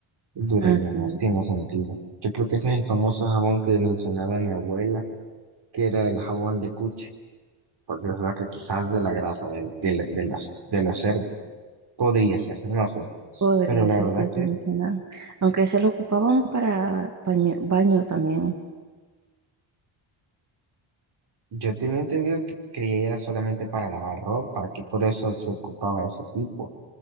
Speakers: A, on the right; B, on the right.
A: Duraría
B: Así.
A: más, tiene sentido. Yo creo que ese es el famoso jabón que mencionaba mi abuela, que era el jabón de cuche, porque se saca quizás de la grasa del, del- de los, de los cerdos. Podría ser, no sé.
B: Podría
A: Pero la
B: ser
A: verdad
B: que
A: es que
B: se mencionaba. Aunque se lo ocupaban para baño, baño también.
A: yo tenía entendido que creía era solamente para lavar ropa, que por eso se ocupaba ese tipo.